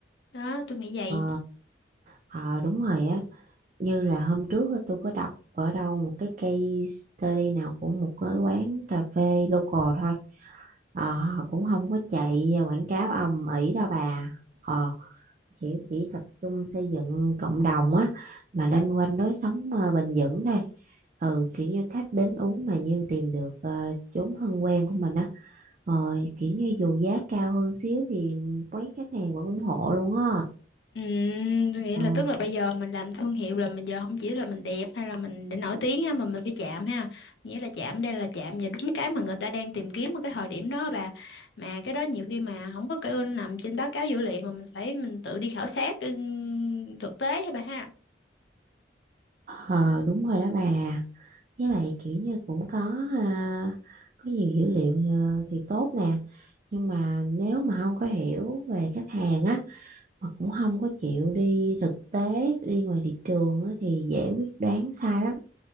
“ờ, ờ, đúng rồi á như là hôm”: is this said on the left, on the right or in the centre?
Right